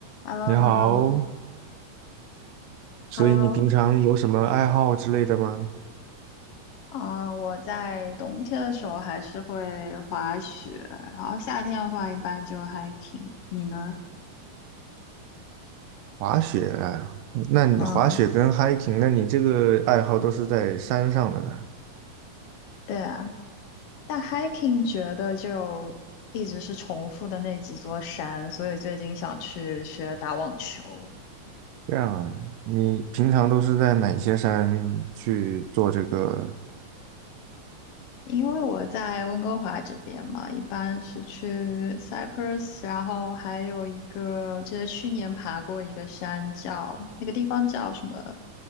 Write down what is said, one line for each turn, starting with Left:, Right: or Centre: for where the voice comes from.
Left: h e l l
Right: 你好，
Left: o h e l l o
Right: 所以你平常有什么爱好之类的吗？
Left: h e l l o 啊，我在冬天的时候还是会滑雪，然后夏天的话一般就 hiking。你呢？
Right: 滑雪啊，那你滑雪跟
Left: 嗯，
Right: hiking，那你这个爱好都是在山上的呢？
Left: 对啊，但 hiking 觉得就一直是重复的那几座山，所以最近想去学打网球。
Right: 这样啊，你平常都是在哪些山去做这个？
Left: 因为我在温哥华这边嘛，一般是去 Cyprus，然后还有一个，我记得去年爬过一个山叫，那个地方叫什么，